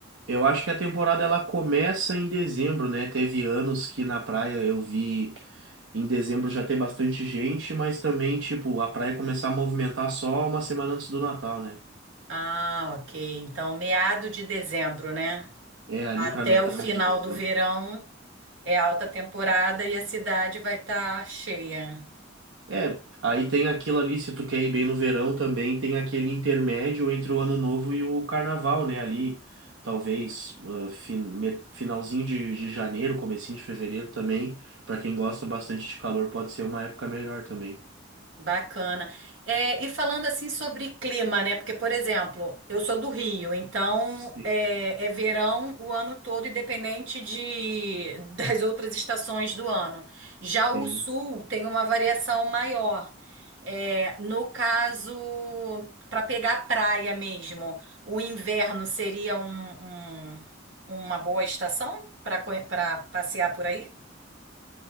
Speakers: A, on the right; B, on the right.
A: Eu acho que a temporada ela começa em dezembro, né? Teve anos que na praia eu vi em dezembro já ter bastante gente, mas também, tipo, a praia começar a movimentar só uma semana antes do Natal, né?
B: Ah, ok. Então, meado de dezembro, né?
A: É ali
B: Até
A: pra metade
B: o final
A: de dezembro.
B: do verão é alta temporada e a cidade vai estar cheia.
A: É, aí tem aquilo ali, se tu quer ir bem no verão também, tem aquele intermédio entre o Ano Novo e o Carnaval, né? Ali, talvez, ah, fin- me- finalzinho de, de janeiro, comecinho de fevereiro também, pra quem gosta bastante de calor, pode ser uma época melhor também.
B: Bacana. É, e falando assim sobre clima, né? Porque, por exemplo, eu sou do Rio, então
A: Sim.
B: é, é verão o ano todo, independente de, <laughs> das outras estações do ano. Já
A: Sim.
B: o sul tem uma variação maior. É, no caso, para pegar praia mesmo, o inverno seria um, um- uma boa estação para para passear por aí?